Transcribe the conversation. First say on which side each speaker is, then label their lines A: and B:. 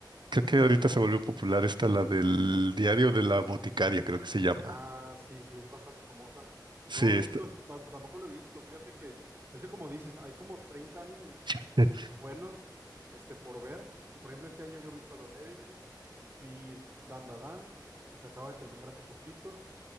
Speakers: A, on the right; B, on the right.
A: creo que ahorita se volvió popular esta, la del diario de la boticaria, creo que se llama.
B: Ah, sí, sí, es bastante famosa.
A: Sí,
B: No he visto,
A: está.
B: tam- tampoco lo he visto. Fíjate que, ese como dices, hay como 30 animes
A: <laughs>
B: buenos, este, por ver. Y por ejemplo, este año yo vi Solo Leveling, vi Dandadan, que se acaba de terminar hace poquito.